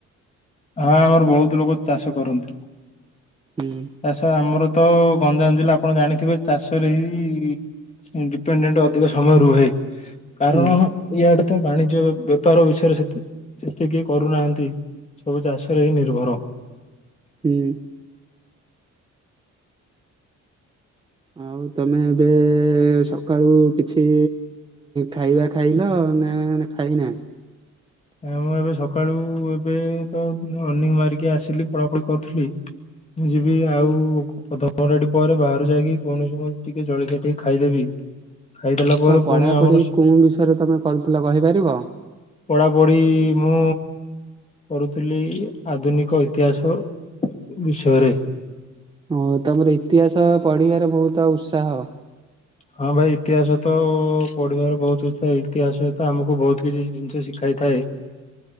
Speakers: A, on the left; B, on the right.
A: ହଁ ଆମର ବହୁତ ଲୋକ ଚାଷ କରନ୍ତି।
B: ହୁଁ।
A: ଚାଷ ଆମର ତ ଗଞ୍ଜାମ ଜିଲ୍ଲା ଆପଣ ଜାଣିଥିବେ ଚାଷରେ ହିଁ। ମୁଁ ଡିପେଣ୍ଡେଣ୍ଟ ଅଧିକ ସମୟ ରୁହେ କାରଣ
B: ହୁଁ
A: ଇଆଡେ ତ ବାଣିଜ୍ୟ ବେ ବେପାର ବିଷୟରେ ସେତେ ସେତେ କେହି କରୁନାହାନ୍ତି। ସବୁ ଚାଷରେ ହିଁ ନିର୍ଭର।
B: ହୁଁ। ଆଉ ତମେ ଏବେ ସକାଳୁ କିଛି ଖାଇବା ଖାଇଲ ନା ଖାଇନା?
A: ନା ମୁଁ ଏବେ ସକାଳୁ ଏବେ ତ ଅରନିଂ ମାରିକି ଆସିଲି ପଢା ପଢ଼ି କରୁଥିଲି ମୁଁ ଯିବି ଆଉ ଅଧଘଣ୍ଟାଟେ ପରେ ବାହାରୁ ଯାଇକି କୌଣସି ପ୍ରକାର ଟିକେ ଜଳଖିଆ ଟିକେ ଖାଇଦେବି। ଖାଇଦେଲା ପରେ
B: ତ ପଢ଼ାପଢ଼ି
A: ପୁଣି ଆମର
B: କଉଁ ବିଷୟରେ ତମେ କରୁଥିଲ କହିପାରିବ?
A: ପଢ଼ାପଢ଼ି ମୁଁ କରୁଥିଲି ଆଧୁନିକ ଇତିହାସ ବିଷୟରେ।
B: ହଁ ତମର ଇତିହାସ ପଢିବାରେ ବହୁତ ଉତ୍ସାହ?
A: ହଁ ଭାଇ ଇତିହାସ ତ ପଢ଼ିବାର ବହୁତ କଥା ଇତିହାସ ତ ଆମକୁ ବହୁତ କିଛି ଜିନିଷ ଶିଖାଇଥାଏ।